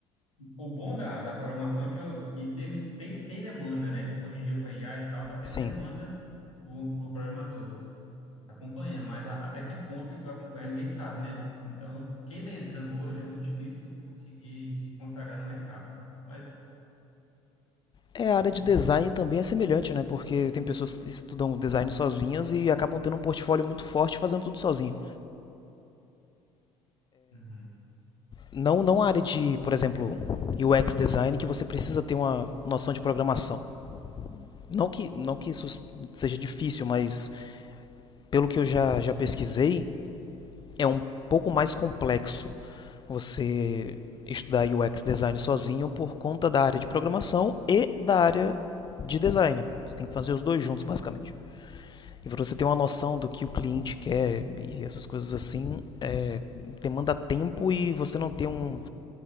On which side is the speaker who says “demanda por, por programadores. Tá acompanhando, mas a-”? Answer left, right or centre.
Left